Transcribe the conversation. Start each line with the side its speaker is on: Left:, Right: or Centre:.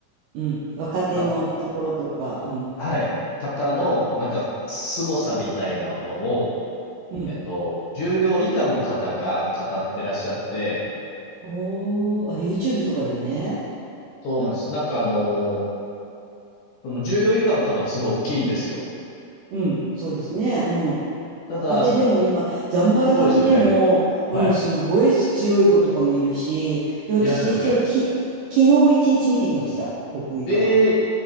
Right: うん。若手のところとか。
Left: か、
Right: うん。
Left: はい、方の、
Right: は
Left: なんか、凄さみたいなのを、
Right: いうん。
Left: えっと、重量以下の方が語ってらっしゃって、
Right: おー、あ、YouTube とかでね。
Left: そうなんです。なんかあの、その重量以下の方もすごい大きいんですよ。
Right: うん、そうですね。うん。
Left: ただ、
Right: 若手でも今、
Left: す
Right: ザンバラ髪でも、
Left: ごいですよね。
Right: うん、
Left: はい。
Right: すごい強い子とかもいるし、いや私実はき、
Left: いらっしゃるよね。
Right: 昨日一日見てきました。国技館。
Left: ええー、